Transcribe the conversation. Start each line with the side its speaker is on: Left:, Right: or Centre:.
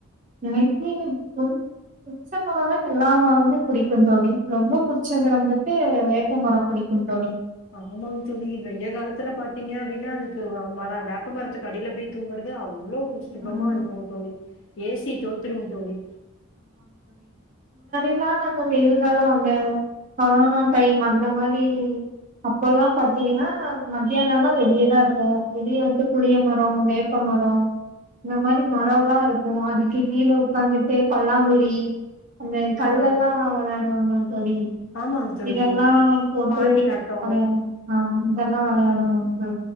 Right: எனக்கு புடு புடுச்ச மரம்னா எல்லா மரமுமே புடிக்கும் தோழி ரொம்ப புடிச்சது வந்துட்டு வேப்ப மரம் புடிக்கும் தோழி
Left: ஆமாங் தோழி வெய காலத்துல பாத்தீங்க அப்படின்னா அதுக்கு மர வேப்ப மரத்துக்கடியில பேய் தூங்குறது அவ் அவ்ளோ ஒரு சுகமா
Right: ம்
Left: இருக்கும் தோழி ஏ சி தோத்துடுங் தோழி
Right: லாம் நாங்க வெயில் காலம் அந்த கொரோனா டைம் அந்த மாரி அப்பல்லாம் பாத்தீங்கனா மதியானம் லா வெளியேதா இருப்போ வெளியே வந்து புளிய மரம் வேப்பமரம் இந்த மாரி மரம் லா இருக்கு அதுக்கு கீழ உட்காந்துட்டு பல்லாங்குழி அந்த கல்லெல்லா
Left: ஆ
Right: விளையாடுவாங்க தோழி
Left: ஆமாங்க தோழி.
Right: இதெல்லா போட்டு
Left: பாண்டி ஆட்டோ
Right: விளையா ஆ இதெல்லாம் விளையா ஹ